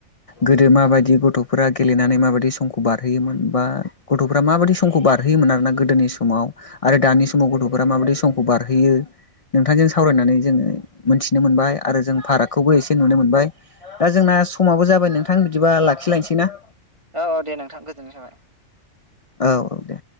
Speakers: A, on the left; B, on the right.
A: गोदो माबायदि गथ'फोरा गेलेनानै माबायदि बे समखौ बारहोयोमोन बा गथ'फोरा माबादि समफोरखौ बारहोयोमोन आरो ना गोदोनि समाव आरो दानि समाव गथ'फोरा माबायदि समखौ बारहोयो नोंथांजों सावरायनानै जोङो मोनथिनो मोनबाय आरो जों फारागखौबो एसे नुनो मोनबाय दा जोंना दा समाबो जाबाय नोंथां बिदिबा लाखिलायसैना
B: औ औ दे नोंथां गोजोननाय थाबाय
A: औ औ दे